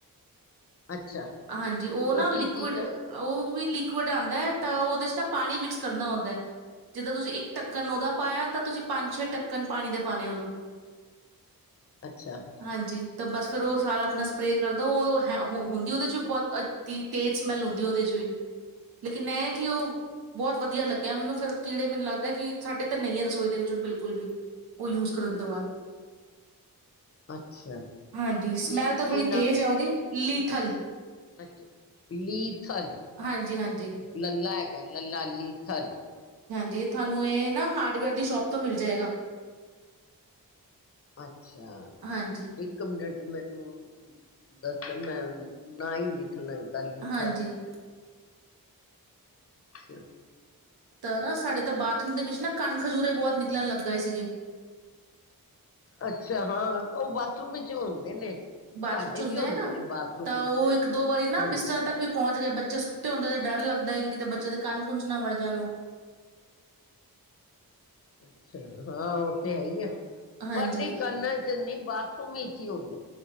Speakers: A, on the left; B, on the right.
A: ਅੱਛਾ
B: ਹਾਂਜੀ, ਉਹ ਨਾ ਲਿਕੁਿਡ
A: ਕੀ ਚੀਜ਼ ਐ?
B: ਉਹ ਲਿਕੁਿਡ ਆਂਦਾ ਤਾਂ ਉਹਦੇ ਚ ਨਾ ਪਾਣੀ ਮਿਕਸ ਕਰਨਾ ਹੁੰਦਾ ਹੈ ਜਿੱਦਾਂ ਤੁਸੀਂ ਇੱਕ ਟੱ ਕਣ ਉਹਦਾ ਪਾਇਆ
A: ਅੱਛਾ
B: ਤਾਂ ਤੁਸੀਂ ਪੰਜ ਛੇ ਢੱਕਣ ਪਾਣੀ ਦੇ ਪਾਣੇ ਆ ਉਹਨੂੰ
A: ਅੱਛਾ
B: ਹਾਂਜੀ ਤਾਂ ਬਸ ਫੇਰ ਉਹ ਸਾਰਾ ਆਪਣਾ ਸਪਰੇਅ ਕਰਦੋ ਉਹ ਹੁੰਦੀ ਉਹਦੇ ਬਹੁਤ ਅੱਧੀ ਤੇਜ਼ ਸਮੈਲ ਹੁੰਦੀ ਉਹਦੇ ਚ ਵੀ ਲੇਕਿਨ ਇਹ ਕਿ ਉਹ ਬਹੁਤ ਵਧੀਆ ਲੱਗਦਾ ਮੈਨੂੰ ਫਿਰ ਕੀੜੇ ਮੈਨੂੰ ਲੱਗਦਾ ਕਿ ਸਾਡੇ ਤਾਂ ਨਹੀਂ ਹੈ ਰਸੋਈ ਦੇ ਵਿੱਚ ਹੁਣ ਬਿਲਕੁਲ ਵੀ ਉਹ ਯੂਜ ਕਰਨ ਤੋਂ ਬਾਅਦ
A: ਅੱਛਾ
B: ਹਾਂਜੀ ਸਮੈਲ
A: ਕੀ
B: ਤਾਂ
A: ਕੀ
B: ਥੋੜ੍ਹੀ ਤੇਜ਼ ਹੈ ਉਹਦੀ ਲੀਥਲ
A: <unintelligible> ਥਲ
B: ਹਾਂਜੀ ਹਾਂਜੀ
A: ਲਲਾ ਹੈਗਾ ਲਲਾ ਲੀਥਲ
B: ਜੀ ਤੁਹਾਨੂੰ ਇਹ ਨਾ ਹਾਰਡਵੇਅਰ ਦੀ ਸ਼ੋਪ ਤੋਂ ਮਿਲ ਜਾਏਗਾ।
A: ਅੱਛਾ
B: ਹਾਂਜੀ,
A: ਇੱਕ ਮਿੰਟ ਮੈਨੂੰ ਦੱਸਣ ਮੈਂ ਨਾ ਹੀ ਲਿਖਣਾ ਦੱਲ
B: ਹਾਂਜੀ
A: ਖੱਸ <unintelligible> ਅੱਛਾ।
B: ਤਾਂ ਨਾ ਸਾਡੇ ਤਾਂ ਬਾਥਰੂਮ ਦੇ ਵਿੱਚ ਨਾ ਕੰਨ ਖਜੂਰੇ ਬਹੁਤ ਨਿਕਲਣ ਲੱਗ ਗਏ ਸੀਗੇ
A: ਅੱਛਾ ਹਾਂ ਉਹ ਬਾਥਰੂਮ ਵਿੱਚ ਹੁੰਦੇ ਨੇ।
B: ਬਾਥਰੂਮ
A: ਸਾਡੇ
B: ਚ ਹੁੰਦੇ
A: ਵੀ
B: ਹੈ ਨਾ
A: ਨੇ ਬਾਥਰੂਮ
B: ਤਾਂ
A: ਵਿੱਚ
B: ਉਹ ਇੱਕ ਦੋ ਵਾਰੀ ਨਾ
A: ਹਾਂਜੀ
B: ਬਿਸਤਰਾਂ ਤੱਕ ਵੀ ਪਹੁੰਚ ਗਏ ਬ ਬੱਚੇ ਸੁੱਤੇ ਹੁੰਦੇ ਤੇ ਡਰ ਲੱਗਦਾ ਹੈ ਕਿ ਕਿਤੇ ਬੱਚੇ ਦੇ ਕੰਨ ਕੁੁੰਨ ਚ ਨਾ ਵਾੜ ਜਾਣ।
A: ਅੱਛਾ ਹਾਂ ਉੱਥੇ ਹੈ ਹੀ ਆ।
B: ਹਾਂਜੀ
A: ਪਰ ਨਹੀਂੀ <unintelligible> ਕਰਨਾ ਚਨੀ ਬਾਕੀ ਤਂ ਕੀਉਂ <unintelligible>